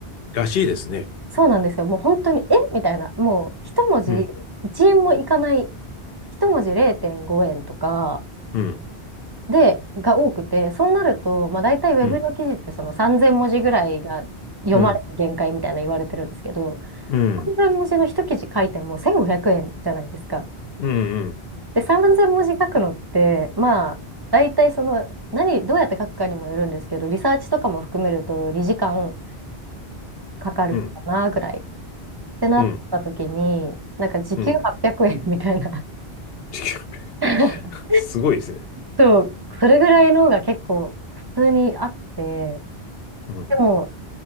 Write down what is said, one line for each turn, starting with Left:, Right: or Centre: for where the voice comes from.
Left: らしいですね。
Right: そうなんですよ。もう本当に、えみたいな、もう一文字1円もいかない、
Left: うん、
Right: 一文字0.5円とか、
Left: うん、
Right: で、が多くて、そうなると、まあ、大体ウェブの記事ってその3000文字ぐらいが読まれる限界みたいな言われてるんですけど、
Left: うん、うん、うん、
Right: 3000文字の一記事書いても1500円じゃないですか。
Left: うん、うん、
Right: で、3000文字書くのって、まあ、大体その、何、どうやって書くかにもよるんですけど、リサーチとかも含めると、理時間かかるかなぐらいっ
Left: うん、
Right: てなった時に、
Left: うん。
Right: なんか時給800円みたいな。
Left: うん地球
Right: <laughs>
Left: <laughs> すごいですね。
Right: そう、それぐらいのが結構普通にあって、
Left: うん、
Right: でも、